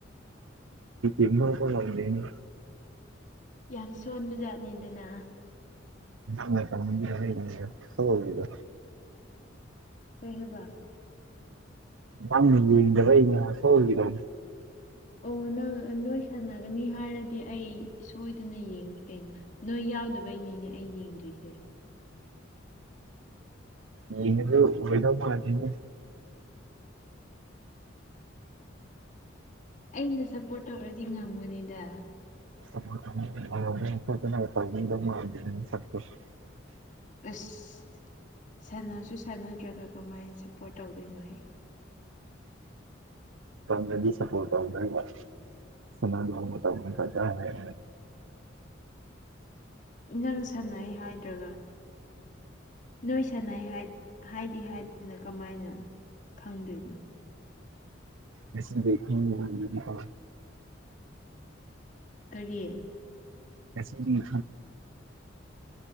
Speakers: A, on the right (about 80°); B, on the left (about 40°).
A: ꯏꯃ ꯀ ꯂꯧꯗꯅꯦ
B: ꯌꯥꯝ ꯁꯣꯟꯕ ꯖꯥꯠꯅꯤꯗꯅ
A: ꯎꯝꯥꯏ ꯀ ꯍ ꯍꯗ
B: ꯀꯩꯍꯕ
A: ꯋꯥꯝ ꯏ ꯁꯒꯗꯣ
B: ꯑꯣ ꯅꯪ ꯅꯣꯏ ꯁꯥꯟꯅꯒꯅꯤ ꯍꯥꯏꯔꯗꯤ ꯑꯩ ꯁꯣꯏꯗꯅ ꯌꯦꯡꯅꯤ ꯀꯩꯅꯣ ꯅꯣꯏ ꯌꯥꯎꯗꯕꯩꯅꯤ ꯃꯤꯅꯦ ꯑꯩ ꯌꯦꯡꯗ꯭ꯣꯏꯁꯦ
A: ꯏꯩꯅꯁꯨ ꯎꯕꯦꯗꯅꯦ
B: ꯑꯩꯅ ꯁꯞꯄꯣꯔꯠ ꯇꯧꯔꯗꯤ ꯉꯝꯒꯨꯅꯤꯗ
A: ꯇ
B: ꯑꯁ ꯁꯥꯟꯅꯁꯨ ꯁꯥꯟꯅꯗ꯭ꯔꯒ ꯀꯃꯥꯏꯅ ꯁꯞꯄꯣꯔꯠ ꯇꯧꯗꯣꯏꯅꯣꯍ
A: ꯇꯗꯤ ꯁꯄꯣ ꯇ ꯀ ꯁꯅꯥ ꯂꯃ ꯀ ꯍꯥꯏ
B: ꯅꯪ ꯁꯥꯟꯅꯩ ꯍꯥꯏꯗ꯭ꯔꯒ ꯅꯣꯏ ꯁꯥꯟꯅꯩ ꯍꯥꯏꯗꯤ ꯍꯥꯏꯗꯦꯅ ꯀꯃꯥꯏꯅ ꯈꯪꯗꯅ
A: ꯉꯁꯅ ꯗꯦꯅ ꯃ ꯃꯕꯤ ꯀꯥ
B: ꯀꯔꯤꯌꯦ
A: ꯀꯁ ꯏ